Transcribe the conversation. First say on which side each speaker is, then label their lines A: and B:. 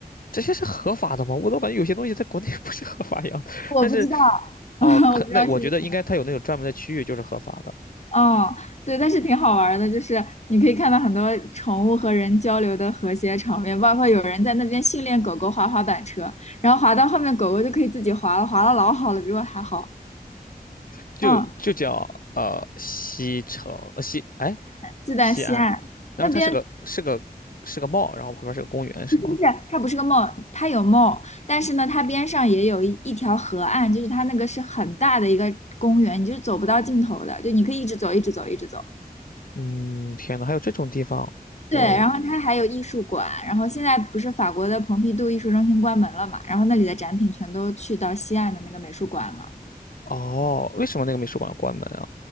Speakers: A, on the left; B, on the left.
A: 这些是合法的吗？我都感觉有些东西在国内 <laughs> 不是合法一样的。
B: 我不知道，
A: 但是，哦，
B: <laughs>
A: 可那我觉得应该它有那种专门的区域就是合法的，
B: 我不知道是。哦，对，但是挺好玩儿的，就是你可以看到很多宠物和人交流的和谐场面，包括有人在那边训练狗狗滑滑板车，然后滑到后面狗狗就可以自己滑了，滑的老好了，比我还好。
A: 就就叫呃西城呃西哎
B: 嗯，就在西岸那边，
A: 西安，然后它是个是个是个 mall，然后旁边是个公园是吗？
B: 就是它不是个梦，它有梦，但是呢，它边上也有一一条河岸，就是它那个是很大的一个公园，你就走不到尽头的，就你可以一直走，一直走，一直走。
A: 嗯，天呐，还有这种地方，
B: 对，
A: 我
B: 然后它还有艺术馆，然后现在不是法国的蓬皮杜艺术中心关门了嘛，然后那里的展品全都去到西岸的那个美术馆了，
A: 哦，为什么那个美术馆要关门啊？